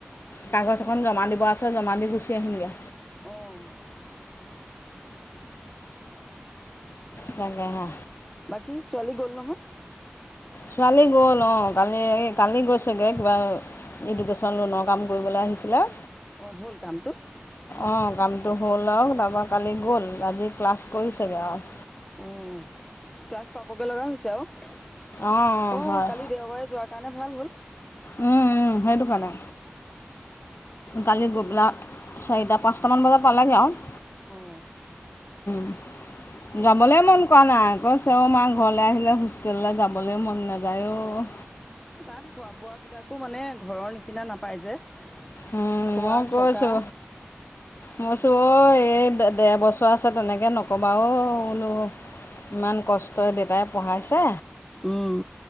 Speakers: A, on the left (about 70°); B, on the left (about 15°).
A: কাগজ এখন জমা দিব আছে জমা দি গুচি আহিমগে।
B: অ'
A: তাকে হে।
B: বাকী ছোৱালী গ'ল নহয়?
A: ছোৱালী গ'ল অ কালি এই কালি গৈছেগৈ কিবা। এডুকেশ্যন লোনৰ কাম কৰিবলৈ আহিছিলে।
B: অ হ'ল কামটো।
A: অঁ কামটো হ'ল আৰু তাৰপৰা কালি গ'ল আজি ক্লাছ কৰিছেগৈ আৰু। <inaudible>
B: অঁ ক্লাছ পাবগৈ লগা হৈছে আৰু
A: অঁ
B: অ'
A: হয়
B: কালি দেওবাৰে যোৱাৰ কাৰণে ভাল হ'ল।
A: উম উম সেইটো কাৰণে। কালি গৈ পেলা চাৰিটা পাঁচটামান বজাত পালেগৈ আৰু।
B: অ'
A: <unintelligible> যাবলৈ মন কৰা নাই ঘৰ চেৱ মাৰ ঘৰলৈ আহিলে হোষ্টেললৈ যাবলৈ মন নাযায় অ'।
B: তাত খোৱা বোৱা বিলাকো মানে ঘৰৰ নিচিনা নাপায় যে।
A: উম
B: খোৱা
A: মই গৈছো।
B: থকা
A: মই কৈছোঁ ঐ এই ডেৰ বছৰ আছে তেনেকৈ নক'বা অ বোলো। ইমান কষ্টই দেউতাই পঢ়াইছে।
B: উম।